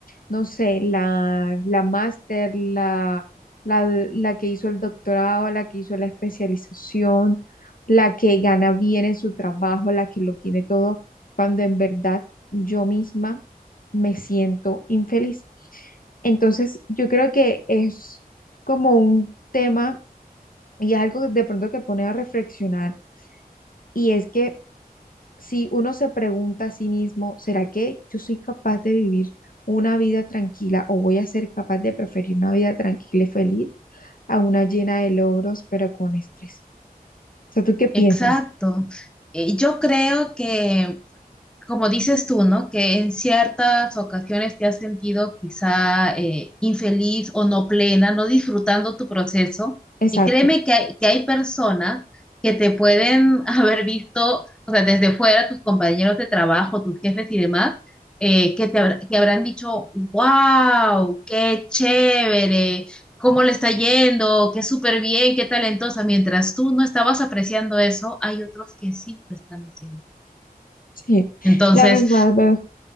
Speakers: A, on the left; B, in the centre.
A: no sé, la, la máster, la, la, la que hizo el doctorado, la que hizo la especialización, la que gana bien en su trabajo, la que lo tiene todo, cuando en verdad yo misma me siento infeliz. Entonces, yo creo que es como un tema y algo de pronto que pone a reflexionar y es que si uno se pregunta a sí mismo, ¿será que yo soy capaz de vivir una vida tranquila o voy a ser capaz de preferir una vida tranquila y feliz a una llena de logros pero con estrés? O sea, ¿tú qué piensas?
B: Exacto. Eh, Yo creo que como dices tú, ¿no? Que en ciertas ocasiones te has sentido quizá eh, infeliz o no plena, no disfrutando tu proceso.
A: Exacto.
B: Y créeme que hay, que hay personas que te pueden <laughs> haber visto, o sea, desde fuera, tus compañeros de trabajo, tus jefes y demás, eh, que te habrá- que habrán dicho, wow, qué chévere, cómo le está yendo, qué súper bien, qué talentosa. Mientras tú no estabas apreciando eso, hay otros que sí lo están haciendo.
A: Sí,
B: Entonces,
A: la verdad,